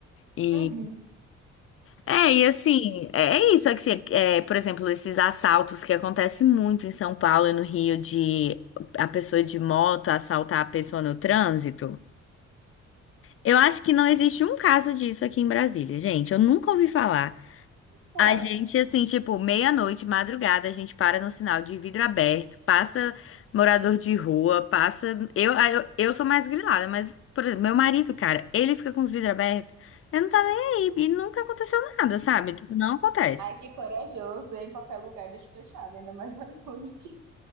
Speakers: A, on the left; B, on the right.
A: E
B: Uhum.
A: é, e assim, é é isso é que se- é, por exemplo, esses assaltos que acontecem muito em São Paulo e no Rio de a pessoa de moto assaltar a pessoa no trânsito. Eu acho que não existe um caso disso aqui em Brasília, gente. Eu nunca ouvi falar.
B: Tá.
A: A gente, assim, tipo, meia-noite, madrugada, a gente para no sinal de vidro aberto, passa morador de rua, passa. Eu, ah, eu, eu sou mais grilada, mas, por exemplo, meu marido, cara, ele fica com os vidros abertos, ele não tá nem aí. E nunca aconteceu nada, sabe? Tipo, Não acontece.
B: Ai, que corajoso. Em qualquer lugar, deixa fechado, ainda mais à noite.